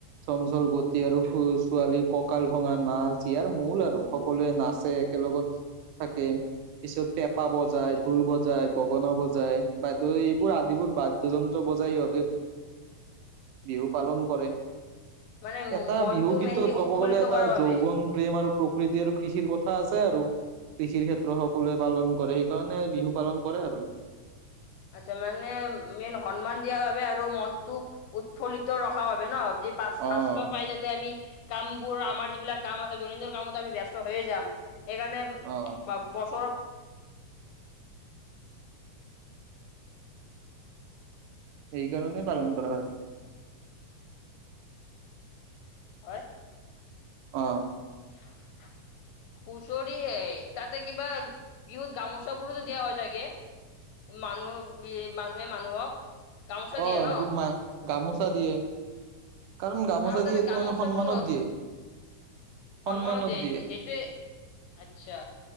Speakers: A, on the right (about 80°); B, on the left (about 80°).
A: চঞ্চল গতি আৰু ছোৱালী কঁকাল ভঙা নাচ ইয়াৰ মূল আৰু সকলোৱে নাচে একেলগত থাকে। পিছত পেঁপা বজায় ঢোল বজায় গগনা বজায় বাদ্য আদিবোৰ বাদ্যযন্ত্ৰ। বজাই ইহঁতে
B: <unintelligible>
A: বিহু পালন কৰে।
B: মানে ম-
A: এটা
B: মনটো
A: বিহু গীতত
B: মেইনলি
A: ক'ব
B: উৎফুল্লিত
A: গ'লে এটা
B: কৰাৰ বাবে
A: যৌৱন প্ৰেম আৰু প্ৰকৃতি আৰু কৃষিৰ কথা আছে আৰু কৃষিৰ ক্ষেত্ৰ সকলোৱে পালন কৰে সেইকাৰণে বিহু পালন কৰে আৰু
B: আচ্ছা মানে মেইন সন্মান দিয়া বাবে আৰু মনটো উৎফুল্লিত ৰখা বাবে ন য ফাৰ্ষ্ট
A: অ
B: তপাই যাতে আমি কামবোৰ আমাৰ যিবিলাক কাম আছে দৈনন্দিন কামতো আমি ব্যস্ত হৈ যাম সেইকাৰণে
A: অ
B: বছৰৰ
A: এই কাৰণেই পালন কৰা হয়।
B: হয়
A: অ
B: <unintelligible> হুঁচৰি তাতে কিবা বিহুত গামোচা বোৰো দিয়া হৈ থাকে। মানুহ মানুহে মানুহক গামোচা দিয়ে
A: অ
B: ন
A: গ মা গামোচা দিয়ে কাৰণ গামোচা
B: আৰু তাতে
A: দিয়ে এইটো
B: গামোচাটো,
A: মানে সন্মানত দিয়ে
B: সন্মানো
A: সন্মানত
B: দিয়
A: দিয়ে
B: সেইটোৱে আচ্ছা